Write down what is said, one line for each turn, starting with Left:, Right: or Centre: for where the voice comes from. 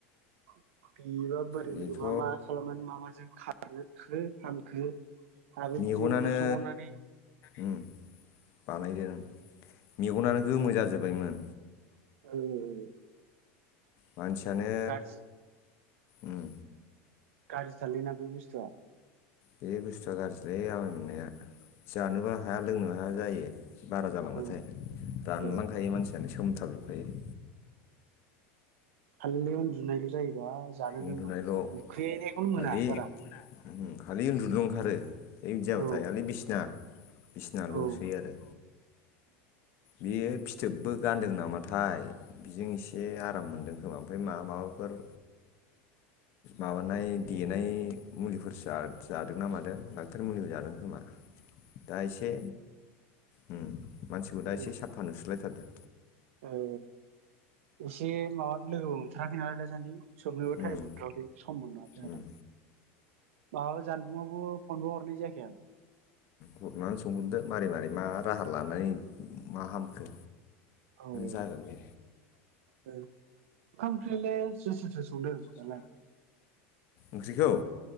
Right: <inaudible> बेबा बोरै
Left: बेथ'
Right: बोरै मा मा खालामनानै मा माजों खा खो हांखो आरो
Left: मेगनानो
Right: बिदिनो बिनाव सोंहरनानै
Left: उम। बानायदों। मेगनानो
Right: ओ औ
Left: गोमो जाजोब्बायमोन।
Right: <inaudible>
Left: मानसियानो
Right: गाज्रि
Left: उम
Right: गारजिथारलै ना बे बुस्थुआ।
Left: बे बुस्थुआ गारजिलै आमाय मोननाया। जानोबो हाया लोंनोबो हाया जायो। बारा जालांबाथाय
Right: औ
Left: रानलांखायो
Right: औ
Left: मानसियानो। सोमथाबजोबखायो।
Right: खालि उन्दुनायल' जायोबा। जानो
Left: उन्दुनायल'
Right: लोंनो उखैनायखौनो मोना
Left: खालि
Right: बारा।
Left: उम खालि उन्दुनोल' ओंखारो। बिदि जाबाथाय
Right: औ
Left: खालि बिसिना बिसनाल'सै
Right: औ उम
Left: आरो। बियो फिथोबबो गानदों नामाथाय बिजों एसे आराम मोनदों खोमा ओमफ्राय मा-माबाफोर माबानाय देनाय मुलिफोर जा जादोंना मादों डाख्टार मुलिबो जादों खोमा। दा एसे उम दा
Right: ओ
Left: एसे साफा नु गुलायथारदों।
Right: ओ एसे माबानो लोगो हमथाराखै नालाय दासान्दि। सोबनोबो
Left: उम
Right: थाइम मोनथ'याखै सम नुवाखै
Left: उम
Right: माने माबाबा जानबुंआवबो फनबो हरनाय जायाखै आं।
Left: हरनानै सोंहरदो मारै मारै मा राहा लानानै मा हामखो।
Right: औ औ ओ।
Left: जागोन बे
Right: ओमफ्रायलाय सोर सोरथो संदों दालाय?
Left: ओंख्रिखौ?